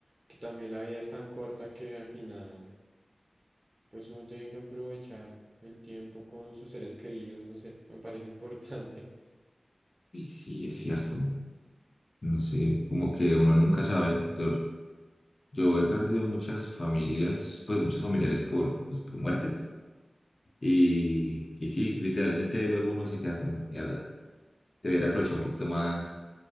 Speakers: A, on the right; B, on the left.
A: que también la vida es tan corta que al final, pues uno tiene que aprovechar el tiempo con sus seres queridos, no sé, me parece importante. <laughs>
B: Y sí,
A: Sí.
B: es cierto. No sé, como que uno nunca sabe. Yo, yo he perdido muchas familias, pues muchos familiares por, pues, por muertes. Y, y sí, literalmente luego uno se queda como, mierda, debería aprovechar un poquito más.